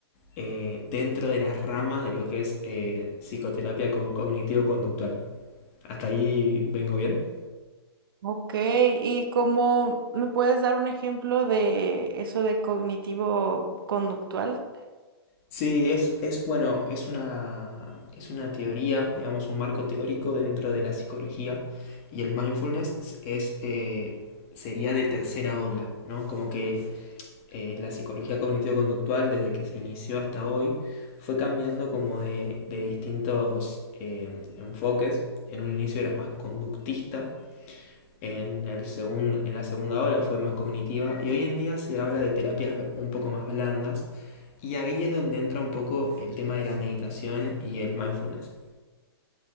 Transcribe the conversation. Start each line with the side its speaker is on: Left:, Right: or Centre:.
Left: eh, dentro de las ramas de lo que es eh, psicoterapia co- cognitivo-conductual. ¿Hasta ahí vengo bien?
Right: Ok, y como me puedes dar un ejemplo de eso de cognitivo conductual.
Left: Sí, es, es bueno, es una, es una teoría, digamos, un marco teórico dentro de la psicología y el mindfulness es, eh, sería de tercera ola, ¿no? Como que eh, la psicología cognitivo-conductual desde que se inició hasta hoy fue cambiando como de, de distintos eh, enfoques. En un inicio era más conductista en, el segun- en la segunda ola fue más cognitiva y hoy en día se habla de terapias un poco más blandas y ahí es donde entra un poco el tema de la meditación y el mindfulness.